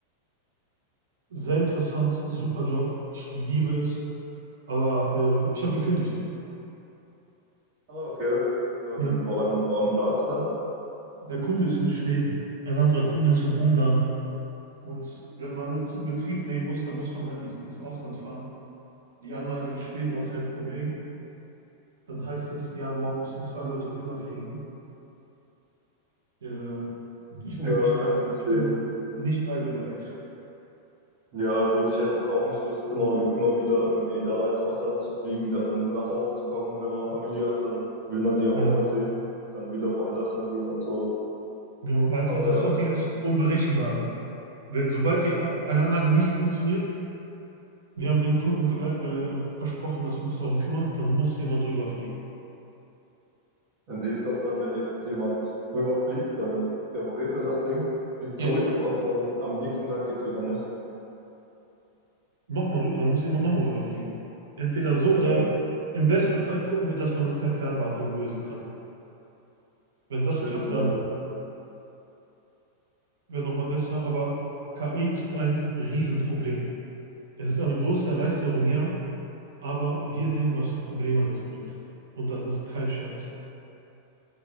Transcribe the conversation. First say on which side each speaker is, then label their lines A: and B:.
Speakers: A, on the right; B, on the right.
A: Sehr interessant, super Job. Ich liebe es. Aber äh, ich habe gekündigt.
B: Ah, okay. Ähm,
A: Ja.
B: woran, woran lag es dann?
A: Der Kunde ist in Schweden. Ein anderer Kunde ist in Ungarn. Und wenn man etwas in Betrieb nehmen muss, dann muss man halt ins, ins Ausland fahren. Die Anlage in Schweden hatte ein Problem. Dann heißt es, ja, morgen müssen zwei Leute rüberfliegen. Ja, ich
B: Ja,
A: bin nicht
B: kann
A: reise,
B: ich verstehen.
A: ich bin nicht reisebereit.
B: Ja, gut, ich hätte jetzt auch nicht Lust, immer, wie- immer wieder irgendwie da ins Ausland zu fliegen, dann nach Hause zu kommen. Wenn man Familie hat, dann will man die ja auch
A: Ja,
B: mal sehen, dann wieder woanders hingehen und so.
A: genau. Alter,
B: Aber
A: das
B: ja.
A: ist auch dieses Unberechenbare. Wenn, sobald die, A- eine Anlage nicht funktioniert, wir haben dem Kunden gewer- äh, versprochen, dass wir uns darum kümmern, dann muss jemand drüber
B: Und wie ist das dann, wenn jetzt jemand rüberfliegt, dann repariert er das Ding, fliegt
A: Ja.
B: zurück und dann am nächsten Tag geht's wieder nicht.
A: Nochmal rüber, dann muss jemand nochmal rüberfliegen. Entweder so
B: Okay,
A: oder im besten Fall gucken wir, dass man das per Fernwartung lösen kann. Wenn das
B: stimmt,
A: klappt,
B: ja.
A: dann wäre nochmal besser, aber KI ist ein Riesenproblem. Es ist eine große Erleichterung, ja, aber wir sehen, was für Probleme das bringt. Und das ist kein Scherz.